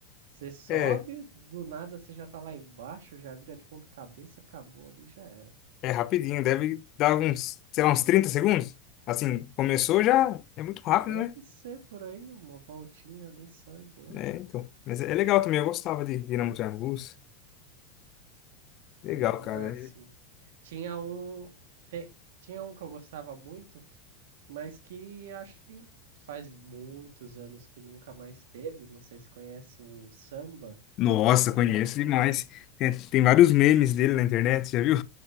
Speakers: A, on the right (about 75°); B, on the left (about 45°).
A: você sobe,
B: É,
A: do nada você já tá lá embaixo, já vira de ponta cabeça, acabou ali, já era.
B: é rapidinho, deve dar uns, sei lá, uns 30 segundos. Assim, começou já, é muito rápido,
A: Deve
B: né?
A: ser por aí, uma voltinha ali só e boa,
B: É, então. Mas é é legal também, eu gostava de Dinamo de Angus. Legal,
A: mas no máximo.
B: cara. É-
A: Tinha um, te- tinha um que eu gostava muito, que- mas que acho que faz muitos anos que nunca mais teve. Não sei se conhece o samba.
B: Nossa, conheço demais. Tem, tem vários memes dele na internet, já viu?